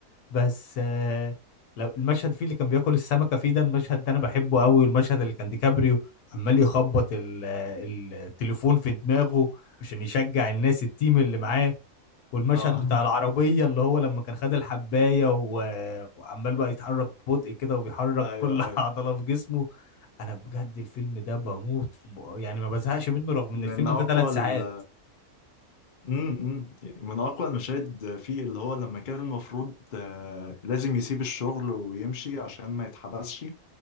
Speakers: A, on the left (about 80°); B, on the left (about 45°).
A: بس آه، لو المشهد فيه اللي كان بياكل السمكه فيه ده المشهد ده انا بحبه قوي والمشهد اللي كان ديكابريو عمال يخبط ال- آه، التليفون في دماغه عشان يشجع الناس التيم اللي معاه والمشهد
B: اه <laughs>
A: بتاع العربية اللي هو لما كان خد الحباية و... وعمال بقى يتحرك ببطء كده وبيحرك
B: ايوه
A: كل <laughs>
B: ايوه
A: عضلة في جسمه أنا بجد الفيلم ده بموت ب- يعني ما بزهقش منه رغم
B: من
A: إن الفيلم
B: اقوى
A: ده ثلاث
B: ال...
A: ساعات
B: مم، مم. من اقوى المشاهد فيه اللي هو لما كان المفروض آه، لازم يسيب الشغل ويمشي عشان ما يتحبسش